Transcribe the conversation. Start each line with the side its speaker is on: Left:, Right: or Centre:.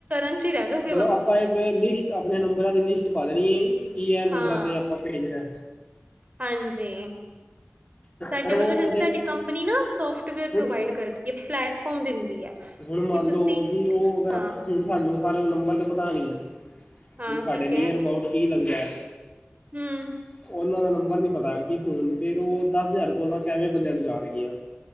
Right: <unintelligible>
Left: ਮਤਲਬ ਆਪਾਂ ਇੱਕ ਲਿਸਟ ਆਪਣੇ ਨੰਬਰਾਂ ਦੀ ਲਿਸਟ ਪਾ ਦੇਣੀ ਹੈ ਕੀ ਇਹ ਨੰਬਰਾਂ
Right: ਹਾਂ
Left: ਤੇ <unintelligible>
Right: ਹਾਂਜੀ। ਸਾਡੇ
Left: ਪਰ ਉਹ
Right: ਵੱਲੋਂ
Left: ਉਹਦੇ
Right: ਜੈਸੇ ਸਾਡੀ
Left: ਲਈ
Right: ਕੰਪਨੀ ਨਾ ਸੋਫਟਵੇਅਰ ਪ੍ਰੋਵਾਈਡ
Left: ਹੁਣ
Right: ਕਰਦੀ ਹੈ ਪਲੈਟਫੋਮ ਦਿੰਦੀ ਹੈ।
Left: ਹੁਣ ਮੰਨ
Right: ਕਿ ਤੁਸੀਂ
Left: ਲਓ ਕਿ ਉਹ ਅਗਰ
Right: ਹਾਂ
Left: ਹੁਣ ਸਾਨੂੰ ਸਾਰਾ ਨੰਬਰ ਤੇ ਪਤਾ ਨਹੀ
Right: ਹਾਂ
Left: ਹੁਣ ਸਾਡੇ
Right: ਠੀਕ
Left: ਨੀਅਰ
Right: ਹੈ
Left: ਅਬਾਊਟ ਕੀ ਲੱਗਦਾ ਹੈ।
Right: ਹਮ
Left: ਉਹਨਾਂ ਦਾ ਨੰਬਰ ਨੀ ਪਤਾ ਕਿ ਹੁਣ ਫੇਰ ਉਹ ਦਸ ਹਜ਼ਾਰ ਕੋਲ ਕਿਵੇਂ ਬੰਦਿਆਂ ਨੂੰ ਜਾਣਗੀਆਂ